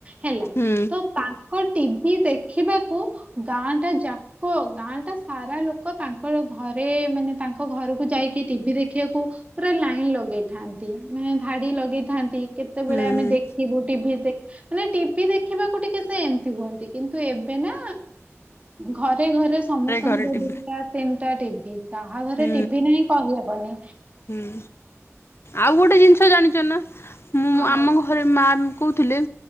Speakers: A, on the right (about 25°); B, on the left (about 55°).
A: ହେଲା
B: ହୁଁ
A: ତ ତା ଙ୍କ ଟିଭି ଦେଖିବାକୁ ଗାଁ ଟା ଯାକ ଗାଁ ଟା ସାରା ଲୋକୋ ତାଙ୍କର ଘରେ ମାନେ ତାଙ୍କ ଘରକୁ ଯାଇକି ଟିଭି ଦେ ଖିବାକୁ ପୁରା ଲାଇନ ଲଗେଇଥାନ୍ତି ମାନେ ଧାଡି ଲଗେଇଥାନ୍ତି। କେତେବେଳେ
B: ହୁଁ
A: ଆମେ ଦେଖିବୁ ଟିଭି ଦେ ମାନେ ଟିଭି ଦେଖିବାକୁ ଟିକେ ସେ ଏମତି ହୁଅନ୍ତି। କିନ୍ତୁ ଏବେ ନାଁ ଘରେ ରେ ଘରେ ସମସ୍ତଙ୍କର
B: ଘରେ ଟିଭି
A: ଦୁଇଟା ତିନିଟା ଟିଭି କାହା ଘରେ
B: ହୁଁ
A: ଟିଭି ନାହିଁ କହିହବନି।
B: ହୁଁ ଆଉ ଗୋଟେ ଜିନିଷ ଜାଣିଚ ନା ମୁଁ
A: ଆଉ
B: ଆମ ଘରେ ମା କୋହୁଥିଲେ